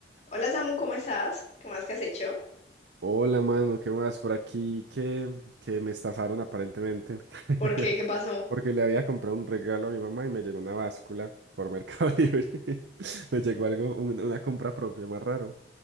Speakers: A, on the left (about 40°); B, on the right (about 80°).
A: Hola Samu, ¿cómo estás? ¿Qué más que has hecho?
B: Hola, mano, ¿qué más? Por aquí que, que me estafaron aparentemente. <laughs>
A: ¿Por qué? ¿Qué pasó?
B: Porque le había comprado un regalo a mi mamá y me llegó una báscula por Mercado <laughs> Libre. Me llegó algo, un- una compra propia, más raro.